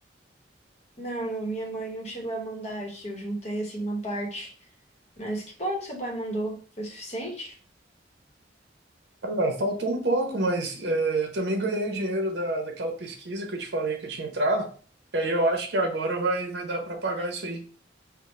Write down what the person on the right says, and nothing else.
Ah, faltou um pouco, mas é, eu também ganhei o dinheiro da, daquela pesquisa que eu te falei que eu tinha entrado. E aí eu acho que agora vai, vai dar para pagar isso aí.